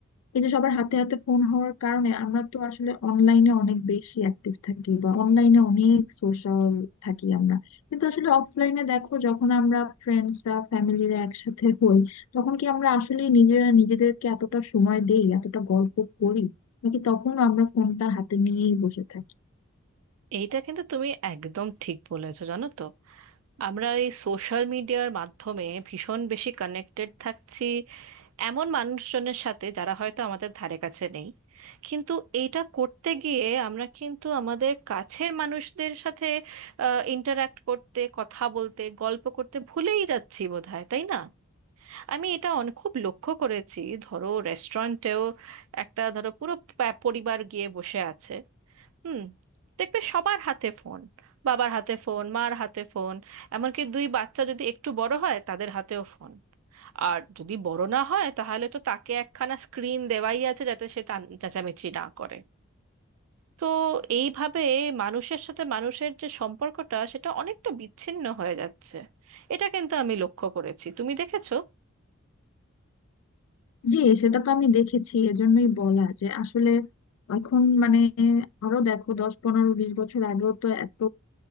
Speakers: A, on the left (about 80°); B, on the right (about 80°).
A: এই যে সবার হাতে হাতে ফোন হওয়ার কারণে আমরা তো আসলে অনলাইনে অনেক বেশি অ্যাক্টিভ থাকি বা অনলাইনে অনেক সোশ্যাল থাকি আমরা কিন্তু আসলে অফলাইনে দেখো যখন আমরা ফ্রেন্ডসরা ফ্যামিলিরা একসাথে হই তখন কি আমরা আসলে নিজেরা নিজেদেরকে এতটা সময় দেই এতটা গল্প করি নাকি তখন আমরা ফোনটা হাতে নিয়েই বসে থাকি
B: এইটা কিন্তু তুমি একদম ঠিক বলেছো জানো তো আমরা এই সোশ্যাল মিডিয়ার মাধ্যমে ভীষণ বেশি কানেক্টেড থাকছি এমন মানুষজনের সাথে যারা হয়তো আমাদের ধারে কাছে নেই কিন্তু এইটা করতে গিয়ে আমরা কিন্তু আমাদের কাছের মানুষদের সাথে ইন্টারাক্ট করতে কথা বলতে গল্প করতে ভুলেই যাচ্ছি বোধহয় তাই না আমি এটা অনেক খুব লক্ষ্য করেছি ধরো রেস্টুরেন্টেও একটা ধরো পুরো পা- পরিবার গিয়ে বসে আছে হুম দেখবে সবার হাতে ফোন বাবার হাতে ফোন মার হাতে ফোন এমনকি দুই বাচ্চা যদি একটু বড় হয় তাদের হাতেও ফোন আর যদি বড় না হয় তাহলে তো তাকে একখানা স্ক্রিন দেওয়াই আছে যাতে সে টান- চেঁচামেচি না করে তো এইভাবে মানুষের সাথে মানুষের যে সম্পর্কটা সেটা অনেকটা বিচ্ছিন্ন হয়ে যাচ্ছে এটা কিন্তু আমি লক্ষ্য করেছি তুমি দেখেছো
A: জি সেটা তো আমি দেখেছি এজন্যই বলা যে আসলে এখন মানে আরো দেখো দশ পনেরো বিশ বছর আগেও তো এত